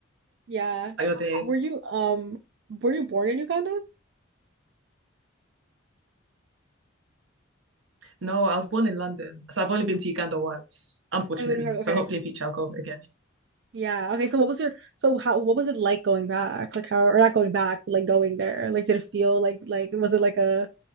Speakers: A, on the right (about 60°); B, on the right (about 75°).
A: Yeah,
B: your day.
A: were you um, were you born in Uganda?
B: No, I was born in London, so I've only been to Uganda once, unfortunately.
A: Oh, you were- okay,
B: So hopefully in future I'll go again.
A: Yeah. Okay. So what was your so how what was it like going back? Like how or not going back, but like going there? Like did it feel like like was it like a